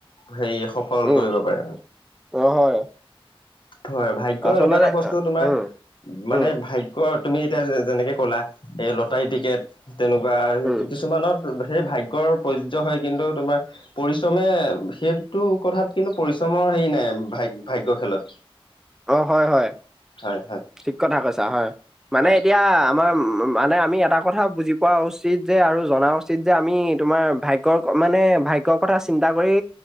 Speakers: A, on the left; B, in the centre.
A: হেৰি, সফল
B: উম,
A: কৰিব পাৰে
B: অ', হয়
A: হয়, ভাগ্য
B: আচলতে
A: এনেকুৱা এটা বস্তু
B: আ-
A: তোমাৰ
B: উম, উম,
A: মানে ভাইগ ক তুমি এতিয়া যেনেকে ক'লা এই লটাৰী টিকেট, তেনেকুৱা
B: উম,
A: কিছুমানত সেই ভাগ্যৰ প্ৰযোজ্য হয় কিন্তু তোমাৰ পৰিশ্ৰমে সেইটো কথাত কিন্তু পৰিশ্ৰমৰ হেৰি নাই ভাইগ ভাগ্যৰ খেলত।
B: অ হয় হয়।
A: হয় হয়।
B: ঠিক কথা কৈছা হয়, মানে
A: হয়
B: এতিয়া আমাৰ মানে আমি এটা কথা বুজি পোৱা উচিত যে আৰু জনা উচিত যে আমি তোমাৰ ভাইগ কৰ মানে ভাগ্যৰ কথা চিন্তা কৰি